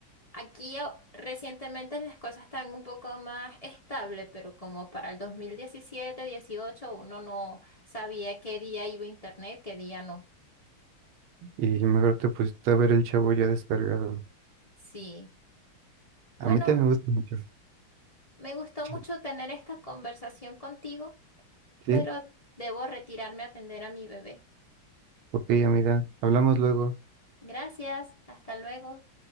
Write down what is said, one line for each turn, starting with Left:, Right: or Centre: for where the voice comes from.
Left: aquí a- recientemente las cosas están un poco más estables, pero como para el 2017, 18, uno no sabía qué día iba internet, qué día no.
Right: Y mejor te pusiste a ver el chavo ya descargado.
Left: Sí,
Right: A
Left: bueno,
Right: mí también me gusta mucho.
Left: me gustó
Right: Sí.
Left: mucho tener esta conversación contigo,
Right: Sí.
Left: pero debo retirarme a atender a mi bebé.
Right: Ok, amiga, hablamos luego.
Left: Gracias, hasta luego.